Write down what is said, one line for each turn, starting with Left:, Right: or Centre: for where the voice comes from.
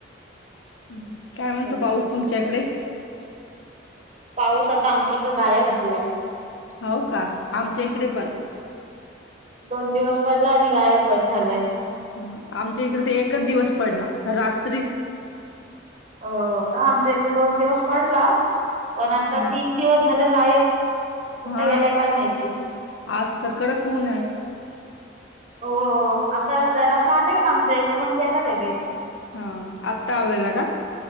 Left: हम् काय म्हणतो
Right: बरं
Left: पाऊस तुमच्या इकडे
Right: पाऊस आता आमच्याकडे गायब झालाय.
Left: हो व का आमच्या इकडे पण
Right: दोन दिवस पडला आणि गायबच झालाय.
Left: हम आमच्या इकडे तर ते एकच दिवस पडला. रात्रीच
Right: अ का आमच्या इथे दोन दिवस पडला, पण आता
Left: ह
Right: तीन दिवस झालं गायब कुठे
Left: हा
Right: गेलाय काय माहिती
Left: आज तर कडक ऊन आहे.
Right: हो आता जरा सा असं आलेल ना आमच्या इथं पण गेला लगेच.
Left: हा आत्ता आलायला का?